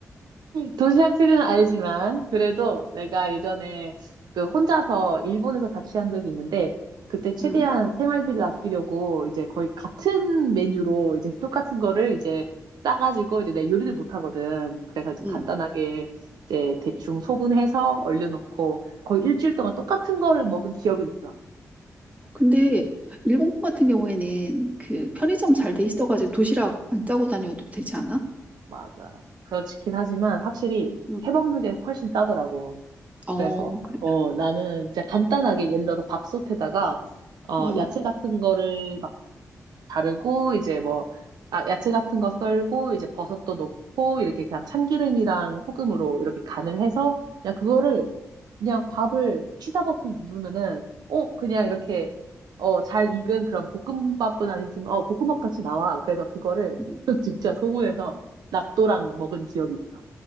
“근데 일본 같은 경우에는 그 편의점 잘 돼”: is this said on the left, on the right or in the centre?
Right